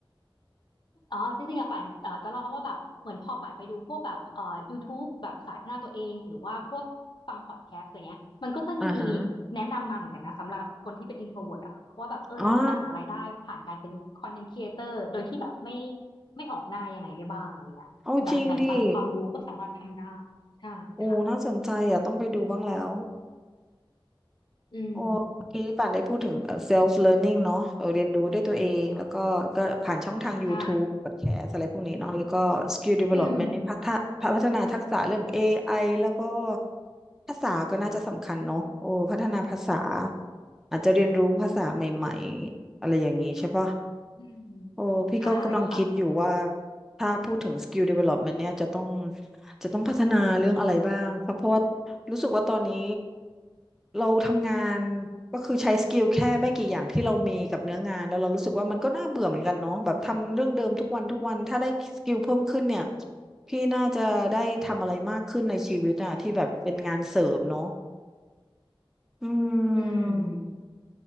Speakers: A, on the left; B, in the centre.
A: อ๋อ จริงๆอ่ะป่านเอ่อจะเล่าว่าแบบ เหมือนพอป่านไปดูพวกแบบเอ่อ YouTube แบบสายพัฒนาตัวเอง หรือว่าพวกฟังพอดแคสต์อะไรเงี้ย มันก็จะมี
B: อ่าฮะ
A: แนะนำมาเหมือนกันนะสำหรับคนที่เป็น introvert อ่ะว่าแบบเออเราก็จะหารายได้ผ่านการเป็น
B: อ่า
A: content creator โดยที่แบบไม่ไม่ออกหน้ายังไงได้บ้างอะไรเงี้ยแบบแบ่งปันความรู้ก็สามารถทำได้ใช่ค่ะ
B: เอาจริงดิโอ้น่าสนใจอ่ะต้องไปดูบ้างแล้ว
A: อืม
B: โอ้เมื่อกี้ป่านได้พูดถึงเอ่อ self learning เนาะเออเรียนรู้ด้วยตัวเองแล้วก็ก็ผ่านช่องทาง YouTube
A: ใช่
B: podcast อะไรพวกนี้เนาะแล้วก็ skill development
A: อืม
B: นี่พัฒนาพัฒนาทักษะเรื่อง AI แล้วก็ภาษาก็น่าจะสำคัญเนาะโอ้ พัฒนาภาษาอาจจะเรียนรู้ภาษาใหม่ๆอะไรอย่างนี้ใช่ปะ
A: อืม
B: โอ้พี่ก็กำลังคิดอยู่ว่า
A: ใช่ค่ะ
B: ถ้าพูดถึง skill development เนี่ยจะต้องจะต้องพัฒนาเรื่องอะไรบ้างเพราะเพราะว่ารู้สึกว่าตอนนี้เราทำงานก็คือใช้สกิลแค่ไม่กี่อย่างที่เรามีกับเนื้องานแล้วเรารู้สึกว่ามันก็น่าเบื่อเหมือนกันเนาะแบบทำเรื่องเดิมทุกวันทุกวันถ้าได้สกิลเพิ่มขึ้นเนี่ยพี่น่าจะได้ทำอะไรมากขึ้นในชีวิตอะที่แบบเป็นงานเสริมเนาะอื
A: อืม
B: ม